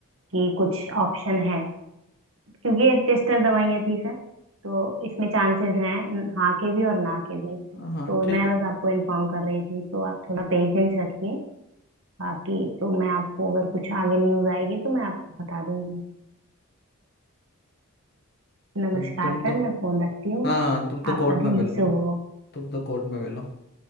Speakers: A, on the right; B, on the left.
A: कि कुछ ऑप्शन है क्योंकि ये टेस्टर दवाइयाँ थी सर तो इसमें चांसेस हैं हाँ के भी और ना के भी तो
B: हाँ हाँ, ठीक
A: मैं
B: है
A: बस आपको इन्फॉर्म कर रही थी तो आप थोड़ा पेशेंस रखिए बाकी तो मैं आपको अगर कुछ आगे न्यूज आएगी तो मैं आपको बता दूंगी नमस्कार
B: तुम तुम तो
A: सर मैं फोन रखती हूँ
B: हाँ हाँ, तुम तो
A: आपका
B: कोर्ट में
A: दिन
B: मिलो
A: शुभ हो
B: तुम तो कोर्ट में मिलो